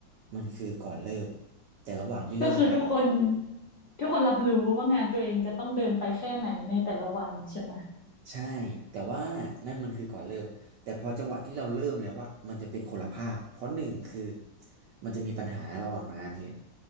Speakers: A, on the right; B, on the left.
A: มันคือก่อนเริ่มแต่ระหว่างที่เริ่มไป
B: ก็คือทุกคนทุกคนรับรู้ว่างานตัวเองจะต้องเดินไปแค่ไหนในแต่ละวันใช่ไหม
A: ใช่แต่ว่านั่นมันคือก่อนเริ่มแต่พอจังหวะที่เราเริ่มแล้วว่ามันจะเป็นคนละภาพเพราะหนึ่งคือมันจะมีปัญหาระหว่างงานคือ